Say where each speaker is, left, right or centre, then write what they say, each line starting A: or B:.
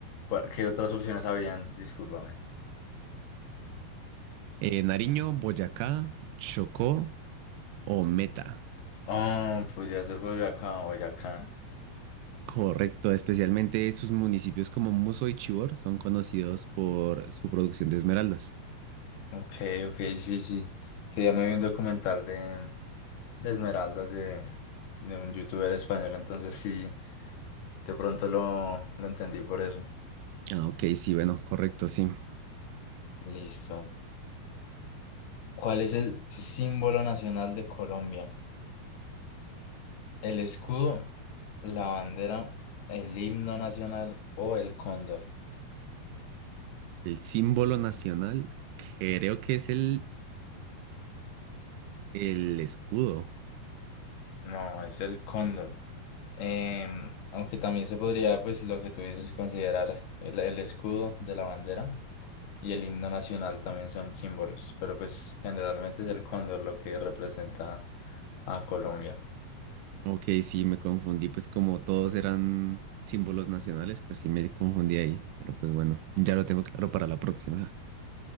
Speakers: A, on the left; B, on the right.
A: ¿cuál- ¿qué otras opciones habían? Discúlpame.
B: Eh, Nariño, Boyacá, Chocó o Meta.
A: Oh, podría ser Boyacá, Boyacá.
B: Correcto, especialmente sus municipios como Muso y Chivor son conocidos por su producción de esmeraldas.
A: Ok, ok, sí, sí. Que ya me vi un documental de, de Esmeraldas de, de un youtuber español, entonces sí, de pronto lo, lo entendí por eso.
B: Ah, ok, sí, bueno, correcto, sí.
A: Listo. ¿Cuál es el símbolo nacional de Colombia? ¿El escudo, la bandera, el himno nacional o el cóndor?
B: El símbolo nacional creo que es el, el escudo.
A: No, es el cóndor. Em, aunque también se podría, pues lo que tú dices, considerar el, el escudo de la bandera. Y el himno nacional también son símbolos, pero pues generalmente es el cóndor lo que representa a Colombia.
B: Ok, sí, me confundí, pues como todos eran símbolos nacionales, pues sí me confundí ahí, pero pues bueno, ya lo tengo claro para la próxima.